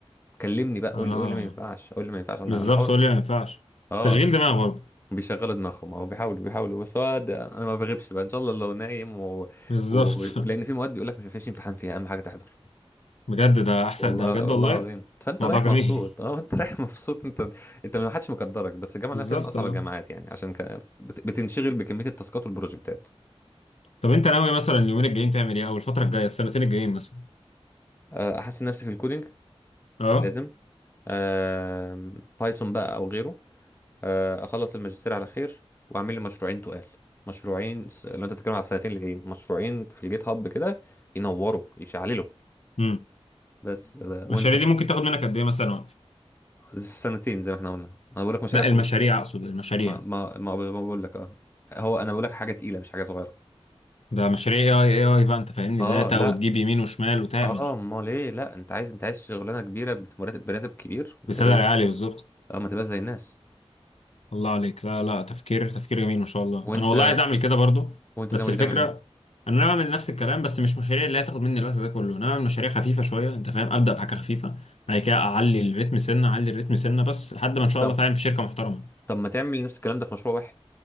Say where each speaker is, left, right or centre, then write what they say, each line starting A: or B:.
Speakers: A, on the left (about 20°); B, on the left (about 80°).
A: كلمني بقى قول
B: اه
A: لي قول لي ما ينفعش قول لي ما ينفعش انا
B: بالظبط
A: انا حر
B: قول لي ما ينفعش
A: اه
B: تشغيل دماغ برضه
A: بيشغلوا دماغهم او بيحاولوا بيحاولوا بس هو ده- انا ما بغيبش بقى ان شاء الله لو نايم و...
B: بالظبط
A: و... لان في مواد بيقول لك مش مفيش امتحان فيها اهم حاجه تحضر
B: <laughs> بجد ده احسن
A: والله
B: ده بجد
A: والله
B: والله
A: العظيم فانت
B: موضوع
A: رايح
B: جميل
A: مبسوط اه انت رايح <laughs> مبسوط انت انت ما حدش مقدرك بس الجامعه
B: بالظبط
A: اللي انا فيها من اصعب
B: اه
A: الجامعات يعني عشان كان بت- بتنشغل بكميه التاسكات والبروجكتات
B: طب انت ناوي مثلا اليومين الجايين تعمل ايه او الفتره الجايه السنتين الجايين مثلا
A: آه، احسن نفسي في الكودينج
B: اه
A: لازم آم، بايثون بقى او غيره آه، اخلص الماجستير على خير واعمل لي مشروعين تقال مشروعين س- لو انت بتتكلم على السنتين اللي جايين مشروعين في الجيت هاب كده ينوروا يشعللوا
B: امم
A: بس ده-
B: المشاريع
A: وانت
B: دي ممكن تاخد منك قد ايه مثلا وقت
A: السنتين زي ما احنا قلنا انا بقول لك مشاريع
B: لا
A: كب-
B: المشاريع اقصد المشاريع
A: ما ما ما ما بقول لك اه هو انا بقول لك حاجه تقيله مش حاجه صغيره
B: ده مشاريع اي اي اي بقى انت فاهمني
A: اه
B: داتا
A: لا
B: وتجيب يمين وشمال وتعمل
A: اه امال ايه لا انت عايز انت عايز شغلانه كبيره بمرتب براتب كبير ما
B: بسالري
A: تبقاش زي-
B: عالي بالظبط
A: اه ما تبقاش زي الناس
B: الله عليك لا لا تفكير تفكير جميل ما شاء الله
A: وانت
B: انا والله عايز اعمل كده برضو
A: وانت
B: بس
A: ناوي
B: الفكره
A: تعمل ايه
B: انا أنا بعمل نفس الكلام بس مش مشاريع اللي هتاخد مني الوقت ده كله انا بعمل مشاريع خفيفه شويه انت فاهم ابدا بحاجه خفيفه بعد كده اعلي الريتم سنه اعلي الريتم سنه بس لحد ما ان شاء
A: طب
B: الله اتعين في شركه محترمه
A: طب ما تعمل نفس الكلام ده في مشروع واحد